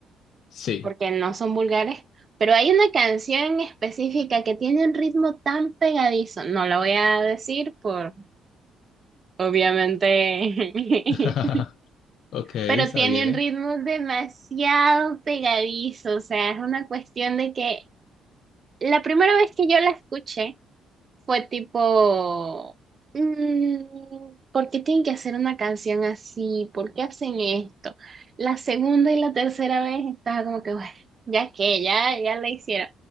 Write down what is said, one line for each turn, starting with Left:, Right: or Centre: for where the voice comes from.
Left: Sí.
Right: porque no son vulgares, pero hay una canción específica que tiene un ritmo tan pegadizo, no la voy a decir por, obviamente,
Left: <laughs>
Right: <laughs>
Left: Ok, está
Right: pero tiene
Left: <laughs>
Right: un ritmo demasiado pegadizo, o sea, es una cuestión de que la primera vez que yo la escuché, Fue tipo, mm, ¿por qué tienen que hacer una canción así? ¿Por qué hacen esto? La segunda y la tercera vez estaba como que, bueno, ya que, ya, ya la hicieron.